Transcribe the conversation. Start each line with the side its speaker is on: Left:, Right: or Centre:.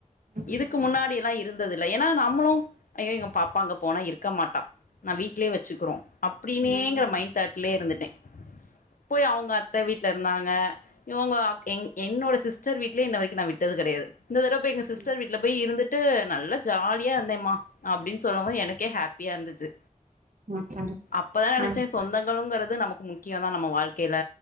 Right: ம்
Left: இதுக்கு முன்னாடி எல்லா இருந்தது இல்ல ஏன்னா நம்மளு ஐய்யோ எங்க பாப்பா அங்க போனா இருக்க மாட்டா நா வீட்லே வெச்சுக்குறோ அப்டின்னேங்கிற
Right: ம்
Left: மைண்ட் தாட்லே இருந்துட்டே போய் அவ்ங்க அத்த விட் ட்ல இருந்தாங்க இவ்ங்க ஆக் என் என்னோட சிஸ்டர் வீட்லே இன்ன வரைக்கு நா விட்டது கெடையாது இந்த தரவ போய் எங்க சிஸ்டர்
Right: ம்
Left: வீட்ல பெய் இருந்துட்டு நல்லா ஜாலியா இருந்தேம்மா அப்டின் சொல்லும் போது எனக்கே ஹாப் ப்பியா இருந்திச்சு
Right: <unintelligible>
Left: அப்பதா நெனச்சே
Right: அத்
Left: சொந்தங் களுங்கறது நமக்கு முக்கியதா நம்ம வாழ்க்கைய்ல